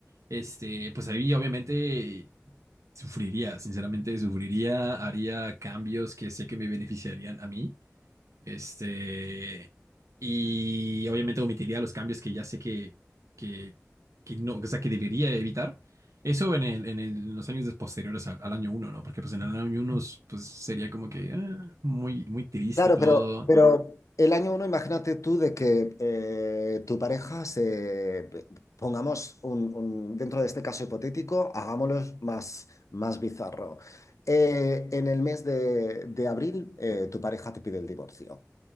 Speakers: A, on the right; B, on the left.
A: este, pues ahí obviamente sufriría, sinceramente sufriría, haría cambios que sé que me beneficiarían a mí, este, y obviamente omitiría los cambios que ya sé que, que, que no, o sea, que debería evitar. Eso en el, en el- en los años posteriores al, al año uno, ¿no? Porque pues en el año uno, pues sería como que ah, muy, muy triste
B: Claro,
A: todo.
B: pero, pero el año uno, imagínate tú de que eh, tu pareja se, pongamos un, un- dentro de este caso hipotético, hagámoslo más, más bizarro. Eh, en el mes de, de abril, eh, tu pareja te pide el divorcio